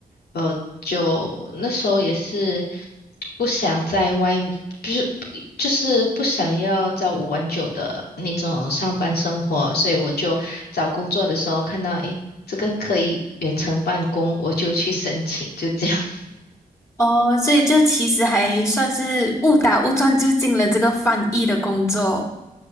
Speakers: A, on the left (about 85°); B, on the left (about 20°).
A: 呃，就那时候也是不想在外面，就是就是不想要朝五晚九的那种上班生活，所以我就找工作的时候看到，诶，这个可以远程办公，我就去申请，就这样。<laughs>
B: 哦，所以就其实还算是误打误撞就进了这个翻译的工作。